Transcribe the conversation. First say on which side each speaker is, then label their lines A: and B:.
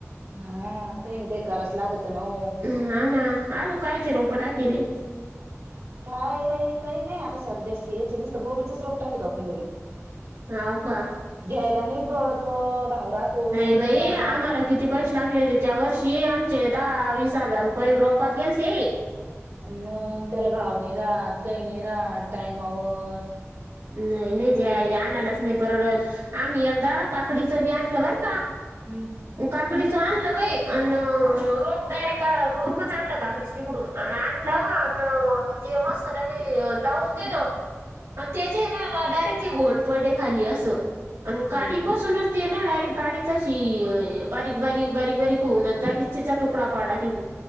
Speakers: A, on the right (about 55°); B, on the right (about 80°).
A: हा काहींना, काही कराचं लागतन हो.
B: ह ना आजू कायचे रोपा टाकले हे?
A: काय बाई काही नाही आता सध्या अस याच नुसत गोबीचाच रोप टाकतो आपण घरी.
B: हाव का.
A: घ्यायला नाही पुरवडतो भाव राहतो नाही
B: बाई
A: राहात.
B: आम्हाला किती पैसे लागले होते त्या वर्षी आमचे दहा, वीस हजार रुपये रोपात गेलते.
A: मग त्याला भाव नाही राहात कही नाही राहात टायमावर.
B: नाही, नाहीत या आनायलाच नाही परवडत. आम्ही अगदा काकडीचं बी आणलं बर का
A: हम्म.
B: काकडीचं आणलं बाई अन रोप डायरेक्ट रोपच आणलं काकडी तिकडून. आणि आणलं आणि ते मस्तलंगे लावून. <inaudible> त्याचे आहे न ते डायरेक्ट घोंड पडले खाली असं. आण गाडी
A: बाई
B: बसूनच ते ना डायरेक्ट काढडीचाशी बारीक, बारीक, बारीक, बारीक होऊन जागीच तिचा तुकडा पाडला तिटुन.